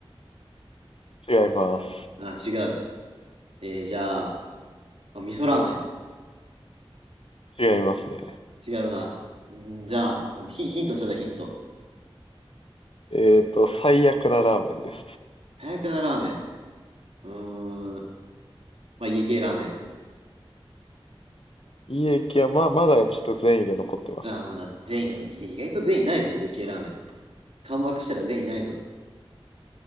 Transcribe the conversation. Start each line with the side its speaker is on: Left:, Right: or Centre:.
Left: う違います。
Right: あ、違う。えー、じゃあ、あ、味噌ラーメン。
Left: 違いますね。
Right: 違うな。んじゃあ、ヒ、ヒントちょうだい、ヒント。
Left: えっと、最悪なラーメンです。
Right: 最悪なラーメン。うーん。まあ、家系ラーメン。
Left: いい駅は、ま、まだちょっと善意が残ってます。
Right: あー、まだ全員が、いや意外と全員いないぞ、家系ラーメン。完幕したら全員いないぞ。